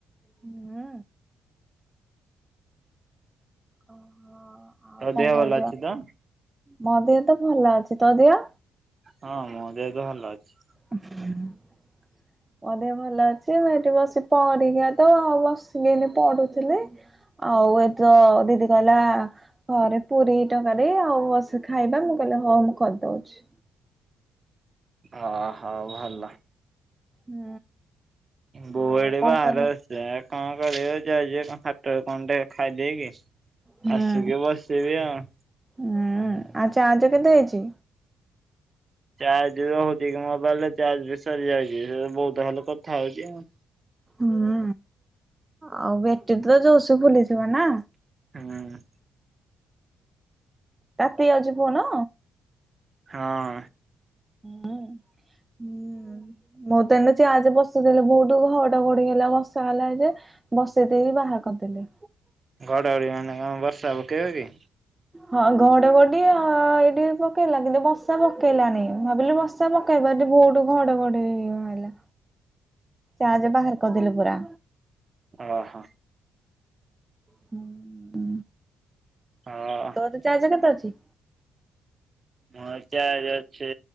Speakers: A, on the right (about 15°); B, on the right (about 35°).
A: ହୁଁ। ଓହୋ ଆଉ
B: ତୋ
A: କଣ
B: ଦେହ
A: କରୁଚ
B: ଭଲ ଅଛି ତ?
A: ମୋ ଦିଅ ତ ଭଲ ଅଛି ତୋ ଦିଅ?
B: ହଁ ମୋ ଦେହ ଭଲ ଅଛି।
A: ଆ <inaudible> ମୋଦେହ ଭଲ ଅଛି ମୁଁ ଏଇଠି ବସି ପରିୟ୍ଯା ତ ଆଉ ବସିକିନି ପଢୁଥିଲି। ଆଉ ଏ ତ ଦିଦି କହିଲା ଘରେ ପୁରୀ ଟଙ୍କାରି ଆଉ ବସ ଖାଇବା ମୁଁ କହିଲେ ହଁ ମୁଁ କରିଦଉଛି।
B: ହ ହୋ ଭଲ।
A: ହୁଁ।
B: ଗୋଡି
A: ଆଉ କଣ
B: ବାହାରେ
A: କରୁ
B: ଆ <unintelligible> ସ କଣ କରିବ ଯା ହାଟ କଣ ଟିକେ ଖାଇଦେଇକି
A: ହୁଁ
B: ଆସିକି ବସିବି ଆଉ।
A: ହୁଁ ଆଚ୍ଛା ଚାଜ୍ କେତେ ହେଇଚି?
B: ଚାର୍ଜ ବି ହଉଚି କି ମୋବାଇଲରେ ଚାର୍ଜ ବି ସରିଯାଇଚି ସେ ବହୁତ ଭଲ କଥା ହଉଚି ଆଉ।
A: ହୁଁ ଆଉ ବେଟି ତ ଜୋ <unintelligible> ସ ଫୁଲିଥିବ ନା
B: ହୁଁ।
A: ତାତି ଯାଉଚି ଫୋନ?
B: ହଁ।
A: ହୁଁ ହୁଁ। ମୋରତ ଏଇନା ଚାଜ୍ ବସିଦେଲେ ବହୁତ ଘଟ ଘଡିଲା ବର୍ଷା ହେଲା ଯେ। ବସେଇ ଦେଇକି ବାହାର କରିଦେଲେ।
B: ଘଡଘଡି ମାନେ କଣ ବର୍ଷା ପକେଇବ କି?
A: ହଁ ଘଡି ଘଡି ଏଇଠି ପକେଇଲା କିନ୍ତୁ ବସା ପକେଇଲା ନହି ଭାବିଲୁ ବ ର୍ଷା ପକେଇବା ଏଟି ବହୁତ ଘଡଘଡି ମାରିଲା ତାଜ୍ ବାହାର କରିଦେଲୁ ପୁରା।
B: ଓ ହୋ।
A: ହୁଁ ହୁଁ।
B: ହଁ।
A: ତ ତେ ଚଜ୍ କେତେ ଅଛି?
B: ମୋ ଚାର୍ଜ ଅଛି